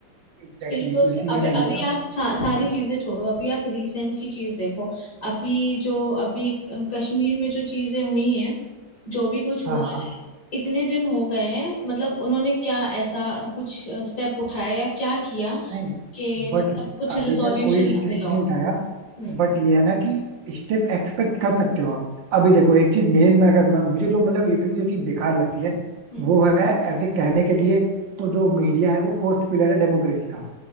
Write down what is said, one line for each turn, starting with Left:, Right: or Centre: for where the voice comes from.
Right: Exactly
Left: उसके लिए
Right: exactly.
Left: तो
Right: तो इसीलिए
Left: अब
Right: ना
Left: अभी
Right: ये सब
Left: आप सा, सारी
Right: ये सब
Left: चीजें छोड़ो अभी आप रिसेंट की चीज देखो अभी जो अभी अ, कश्मीर में जो चीजें हुई हैं जो भी कुछ
Right: हाँ
Left: हुआ
Right: हाँ
Left: इतने दिन हो गए हैं मतलब उन्होंने क्या ऐसा कुछ स्टेप उठाया या क्या किया
Right: नहीं
Left: कि
Right: बट
Left: मतलब कुछ
Right: अभी
Left: रिजोल्यूशन
Right: तक कोई स्टेप
Left: मिला हो
Right: नहीं उठाया
Left: हम्म
Right: बट ये है ना कि स्टेप एक्सपेक्ट कर सकते हो आप अभी देखो एक चीज मेन में अगर मैं, मुझे जो मतलब लिटरली जो चीज बेकार लगती है
Left: हम्म
Right: वो है ऐसे कहने के लिए तो जो मीडिया है वो फोर्थ पिलर है डेमोक्रेसी का